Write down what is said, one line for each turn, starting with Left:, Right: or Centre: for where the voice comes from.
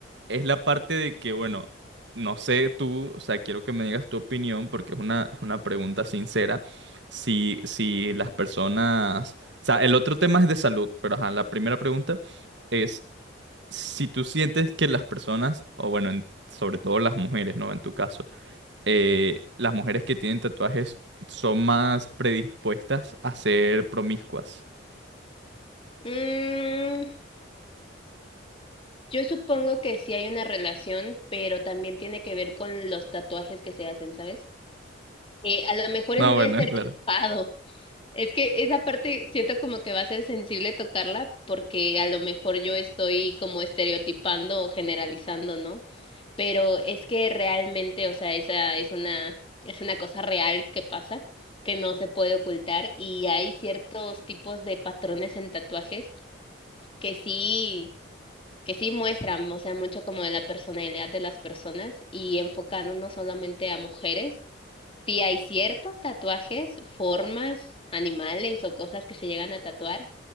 Right: es la parte de que, bueno, no sé tú, o sea, quiero que me digas tu opinión porque es una, es una pregunta sincera. Si, si las personas, o sea, el otro tema es de salud, pero ajá, la primera pregunta es si tú sientes que las personas, o bueno, en- sobre todo las mujeres, ¿no? En tu caso eh, las mujeres que tienen tatuajes son más predispuestas a ser promiscuas.
Left: Mm, yo supongo que sí hay una relación, pero también tiene que ver con los tatuajes que se hacen, ¿sabes? Eh, a lo mejor
Right: No,
Left: es muy
Right: bueno,
Left: estereotipado,
Right: <laughs> claro.
Left: Es que esa parte siento como que va a ser sensible tocarla porque a lo mejor yo estoy como estereotipando o generalizando, ¿no? Pero es que realmente, o sea, esa es una, es una cosa real que pasa, que no se puede ocultar y hay ciertos tipos de patrones en tatuajes que sí, que sí muestran, o sea, mucho como de la personalidad de las personas y enfocan no solamente a mujeres Sí, hay ciertos tatuajes, formas, animales o cosas que se llegan a tatuar